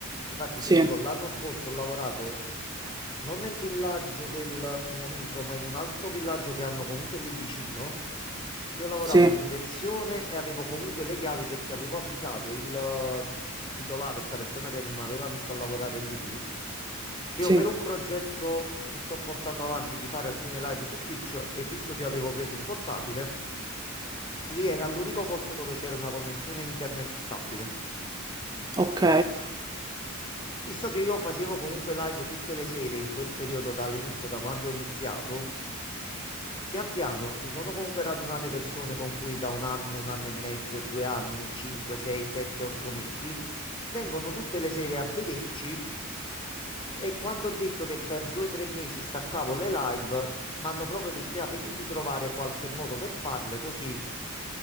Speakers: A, on the left; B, on the right.
A: Difatti
B: sì,
A: ti dico, l'anno scorso ho lavorato non nel villaggio del mio amico, ma in un altro villaggio che hanno comunque lì vicino. Io lavoravo
B: sì.
A: in direzione e avevo comunque le chiavi perché avevo avvisato il eh, titolare, questa persona che mi aveva messo a lavorare lì, che
B: sì.
A: io per un progetto che sto portando avanti di fare alcune live su Twitch e visto che avevo preso un portatile, lì era l'unico posto dove c'era una connessione internet stabile.
B: Ok,
A: Visto che io facevo comunque live tutte le sere in quel periodo dall'inizio, da quando ho iniziato, Pian piano si sono comunque radunate persone con cui da un anno, un anno e mezzo, due anni, cinque, sei, sette, otto mesi vengono tutte le sere a vederci. E quando ho detto che per due o tre mesi staccavo le live, mi hanno proprio detto, "Ah, vedi di trovare qualche modo per farle così